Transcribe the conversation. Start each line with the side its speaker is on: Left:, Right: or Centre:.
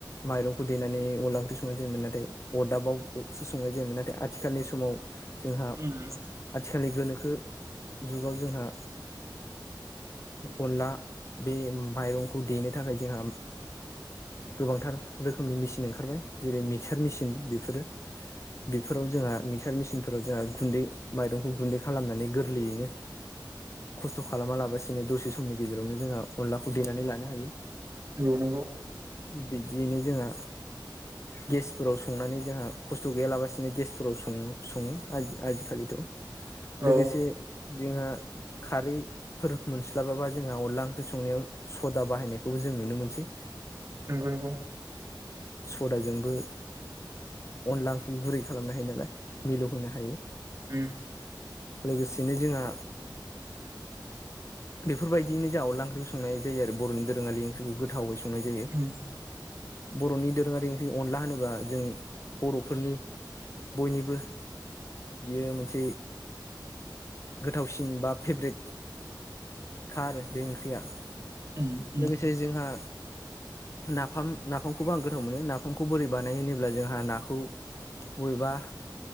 Left: माइरंखौ देनानै अनला ओंख्रि संनाय जायोमोन नाथाय अरदाबावो संनाय जायोमोन नाथाय आथिखालनि समाव जोंहा
Right: उम
Left: आथिखालनि गोनोखो जुगाव जोंहा अनला बे माइरंखौ देनो थाखाय जोंहा गोबांथार रोखोमनि मेसिन ओंखारबाय जेरै मिक्सार मेसिन बेफोरो बेफोराव जोंहा मिक्सार मेसिन फोराव जोंहा गुन्दै माइरंखौ गुन्दै खालामनानै गोरलैयैनो खस्थ खालामा लाबसिनो दसे समनि गेजेरावनो जोंहा अनलाखौ देनानै लानो हायो
Right: औ नंगौ
Left: बिदियैनो जोंहा गेसफोराव संनानै जोंहा खस्थ गैयालाबसिनो गेसफोराव सो सङो आजिखालिथ
Right: औ
Left: लोगोसे जोंहा खारैफोर मोनस्लाबाबा जोंहा अनला ओंख्रि संनायाव सदा बाहायनायखौबो जों नुनो मोनसै
Right: नंगौ नंगौ
Left: सदाजोंबो अनला ओंख्रि गुरै खालामनो हायो नालाय मिलौहोनो हायो
Right: उम
Left: लोगोसेनो जोंहा बेफोरबायदिनो जाहा अनला ओंख्रिखौ संनाय जायो आरो बर'नि दोरोङारि ओंख्रखौ गोथावै सं संनाय जायो।
Right: उम
Left: बर'नि दोरोङारि ओंख्रि अनला होनोबा जों बर'फोरनि बयनिबो, बियो मोनसे, गोथावसिन बा फेब्रेट खारो बे ओंख्रिया ।
Right: उम उम
Left: लोगोसे जोंहा नाफाम नाफामखौबो आं गोथाव मोनो नाफामखौ बोरै बानाय होनोब्ला जोंहा नाखौ बबेबा